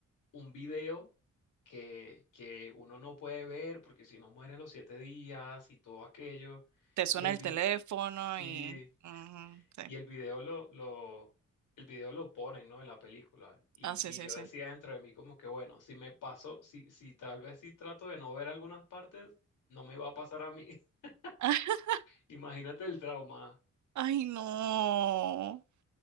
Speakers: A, on the left; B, on the right.
A: un video que, que uno no puede ver porque si no muere los siete días y todo aquello.
B: Te suena
A: Y el,
B: el
A: vi-
B: teléfono
A: sí,
B: y, ujú, sí.
A: y el video lo, lo, el video lo ponen, ¿no? En la película. Y,
B: Ah, sí, sí,
A: y yo
B: sí.
A: decía dentro de mí como que, bueno, si me paso, si, si tal vez si trato de no ver algunas partes, no me va a pasar a mí. <laughs>
B: <laughs>
A: Imagínate el trauma.
B: Ay, no.